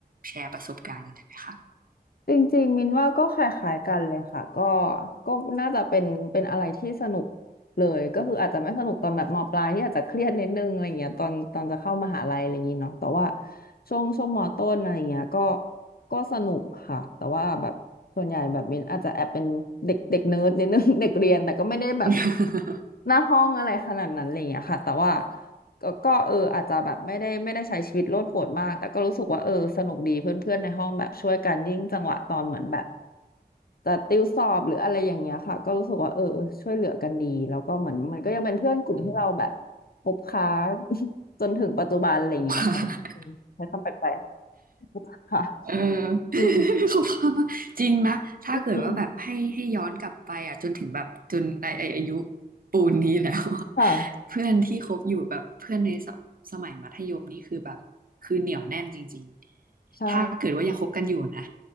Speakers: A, on the right; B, on the left.
A: แชร์ประสบการณ์อะไรไหมคะ
B: จริงๆมินว่าก็คล้ายๆกันเลยค่ะก็ก็น่าจะเป็นเป็นอะไรที่สนุกเลยก็คืออาจจะไม่สนุกตอนแบบมปลายที่อาจจะเครียดนิดนึงอะไรเงี้ยตอนตอนจะเข้ามหาลัยอะไรอย่างงี้เนาะแต่ว่าช่วงช่วงมต้นอะไรเงี้ยก็ก็สนุกค่ะแต่ว่าแบบส่วนใหญ่แบบมินอาจจะแอบเป็นเด็กเด็กเนิร์ดนิดนึง <laughs> เด็กเรียนแต่ก็ไม่ได้แบบ
A: <laughs>
B: หน้าห้องอะไรขนาดนั้นอะไรเงี้ยค่ะแต่ว่า ก็ก็เอออาจจะแบบไม่ได้ไม่ได้ใช้ชีวิตโลดโผนมากแต่ก็รู้สึกว่าเออสนุกดีเพื่อนๆในห้องแบบช่วยกันยิ่งจังหวะตอนเหมือนแบบจะติวสอบหรืออะไรอย่างเงี้ยค่ะก็รู้สึกว่าเออช่วยเหลือกันดีแล้วก็เหมือนมันก็ยังเป็นเพื่อนกลุ่มที่เราแบบ
A: อืม
B: คบค้า <laughs> จนถึงปัจจุบันอะไรอย่างเงี้ยค่ะอืมใช้คำแปลก
A: <laughs> ค่ะ
B: ๆค่ะ
A: เออ <laughs>
B: อืม
A: ขอบคุณค่ะ <laughs> จริงนะถ้าเกิดว่าแบบให้ให้ย้อนกลับไปอ่ะจนถึงแบบจนไอไอ้อายุ
B: อืม
A: ปูนนี้แล้วอะ <laughs>
B: ค่ะ
A: เพื่อนที่คบอยู่แบบเพื่อนในสมสมัยมัธยมนี่คือแบบคือเหนียวแน่นจริงๆถ้าเกิดว่ายังคบกันอยู่นะ
B: ใช่